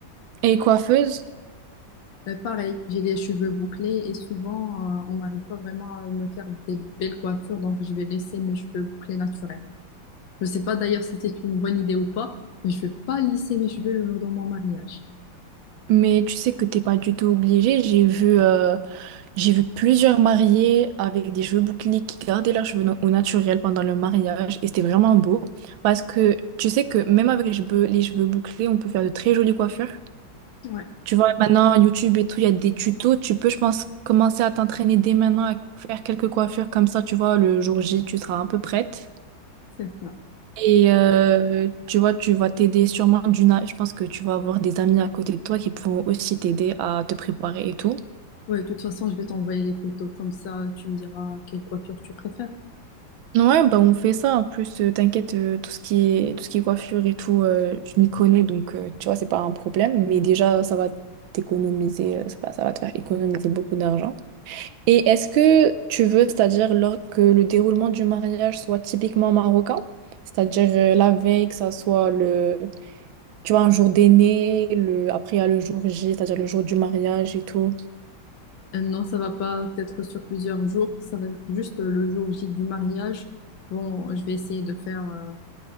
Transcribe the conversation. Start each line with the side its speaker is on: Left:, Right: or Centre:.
Right: et coiffeuse.
Left: Euh, pareil, j'ai les cheveux bouclés et souvent, euh, on n'arrive pas vraiment à me faire des belles coiffures, donc je vais laisser mes cheveux bouclés naturels. Je sais pas d'ailleurs si c'est une bonne idée ou pas, mais je vais pas lisser mes cheveux le jour de mon mariage.
Right: Mais tu sais que t'es pas du tout obligé. J'ai vu, euh, j'ai vu plusieurs mariés avec des cheveux bouclés qui gardaient leurs cheveux na- au naturel pendant le mariage et c'était vraiment beau parce que tu sais que même avec les cheveux, les cheveux bouclés, on peut faire de très jolies coiffures.
Left: Ouais,
Right: Tu vois, maintenant YouTube et tout, il y a des tutos. Tu peux, je pense, commencer à t'entraîner dès maintenant à faire quelques coiffures comme ça. Tu vois, le jour J, tu seras un peu prête.
Left: c'est ça.
Right: Et euh, tu vois, tu vas t'aider sûrement d'une. a- Je pense que tu vas avoir des amis à côté de toi qui pourront aussi t'aider à te préparer et tout.
Left: Ouais, de toute façon, je vais t'envoyer les photos, comme ça, tu me diras quelle coiffure tu préfères.
Right: Ouais, bah on fait ça. En plus, euh, t'inquiète, euh, tout ce qui est, tout ce qui est coiffure et tout, euh, je m'y connais, donc euh, tu vois, c'est pas un problème. Mais déjà, ça va t'économiser, euh, ça va, ça va te faire économiser beaucoup d'argent. Et est-ce que tu veux, c'est-à-dire lors que le déroulement du mariage soit typiquement marocain, c'est-à-dire euh, la veille, que ça soit le, tu vois, un jour d'aîné, le, après il y a le jour J, c'est-à-dire le jour du mariage et tout.
Left: Euh, non, ça va pas être sur plusieurs jours, ça va être juste le jour J du mariage. Bon, je vais essayer de faire euh,